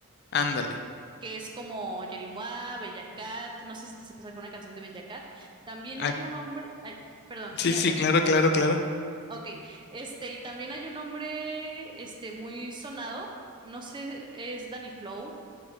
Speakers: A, on the left; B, on the right.
A: Ándale.
B: que es como Yerimua, Bella Cat, no sé si te sepas alguna canción de Bella Cat. También
A: Ah,
B: hay un hombre, ay, perdón,
A: sí,
B: sí habla
A: sí, claro,
B: si quieres.
A: claro, claro.
B: Ok, este, y también hay un hombre, este, muy sonado, no sé, es Danny Flow.